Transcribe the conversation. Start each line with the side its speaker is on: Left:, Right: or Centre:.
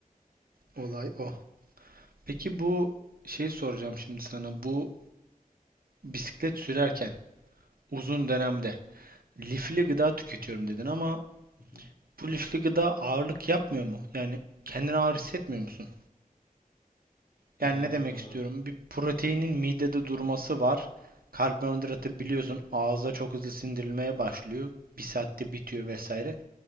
Right: Olay o. Peki bu şey soracağım şimdi sana. Bu bisiklet sürerken uzun dönemde lifli gıda tüketiyorum dedin ama
Left: Hı hı.
Right: bu lifli gıda ağırlık yapmıyor mu? Yani kendini ağır hissetmiyor musun?
Left: Ee,
Right: Yani ne demek istiyorum? Bir proteinin midede durması var. Karbonhidratı biliyorsun ağızda çok hızlı sindirilmeye başlıyor. Bir saatte bitiyor vesaire.